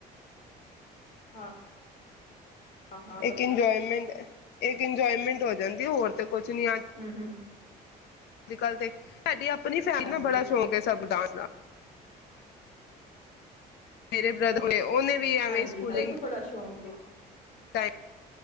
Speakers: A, on the left; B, on the left.
A: ਹਾਂ। ਹਾਂ ਹਾਂ ਬਸ
B: ਇੱਕ ਇੰਜੋਏਮੈਂਟ ਅ ਇੱਕ ਇੰਜੋਏਮੈਂਟ ਹੋ ਜਾਂਦੀ ਏ ਹੋਰ ਤੇ ਪੁੱਛ ਨੀ ਆਜ
A: ਹੂੰ ਹੂੰ
B: ਅੱਜ ਕੱਲ੍ਹ ਤੇ ਸਾਡੀ ਆਪਣੀ ਫੈਮਲੀ
A: ਹਾਂਜੀ
B: ਨਾ ਬੜਾ ਸ਼ੌਂਕ ਹੈ ਸਭ ਡਾਂਸ ਦਾ। ਮੇਰੇ ਬ੍ਰਦਰ ਉਹਨੇ ਵੀ ਐਵੇਂ
A: ਹਾਂਜੀ
B: ਸਕੂਲਿੰਗ
A: ਹਾਂ ਤੂੰ ਬੜਾ ਸ਼ੌਕ ਹੈ
B: ਟਾਇਮ